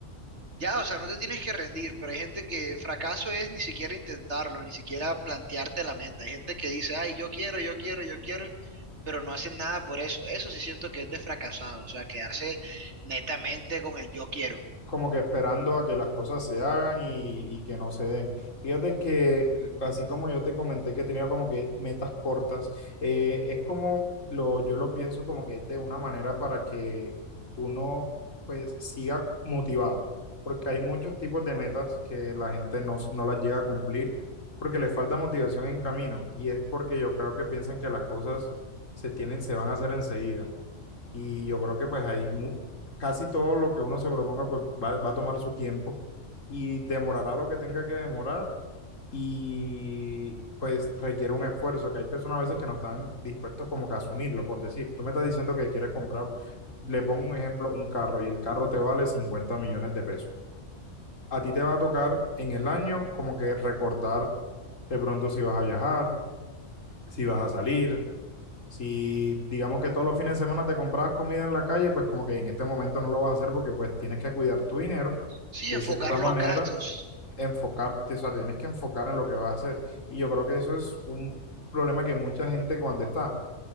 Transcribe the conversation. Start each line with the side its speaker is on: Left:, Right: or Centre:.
Right: Ya, o sea, no te tienes que rendir, pero hay gente que fracaso es ni siquiera intentarlo, ni siquiera plantearte la meta. Hay gente que dice, ay, yo quiero, yo quiero, yo quiero, pero no hacen nada por eso. Eso sí siento que es de fracasado, o sea, quedarse netamente con el yo quiero.
Left: como que esperando a que las cosas se hagan y, y que no se den. Fíjate que, así como yo te comenté que tenía como que metas cortas, eh, es como lo, yo lo pienso como que es de una manera para que uno pues siga motivado, porque hay muchos tipos de metas que la gente no, s- no las llega a cumplir porque le falta motivación en camino y es porque yo creo que piensan que las cosas se tienen, se van a hacer enseguida. Y yo creo que pues ahí mu- casi todo lo que uno se proponga pues va, va a tomar su tiempo y demorará lo que tenga que demorar y pues requiere un esfuerzo, que hay personas a veces que no están dispuestos como que a asumirlo, por decir, tú me estás diciendo que quieres comprar, le pongo un ejemplo, un carro y el carro te vale 50 millones de pesos. A ti te va a tocar en el año como que recortar de pronto si vas a viajar, si vas a salir, si digamos que todos los fines de semana te comprabas comida en la calle, pues como que en este momento no lo vas a hacer porque pues tienes que cuidar tu dinero,
Right: Sí,
Left: de
Right: enfocar
Left: cierta manera,
Right: los gastos.
Left: enfocarte, o sea, te tienes que enfocar en lo que vas a hacer. Y yo creo que eso es un problema que mucha gente cuando está,